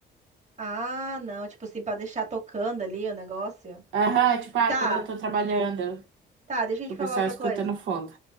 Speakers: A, on the right; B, on the right.
A: Ah, não, tipo assim, pra deixar tocando ali o negócio.
B: Aham, tipo, ah,
A: Tá,
B: quando eu tô trabalhando,
A: tá, deixa eu
B: que
A: te
B: o
A: falar
B: pessoal
A: outra
B: escuta
A: coisa.
B: no fundo.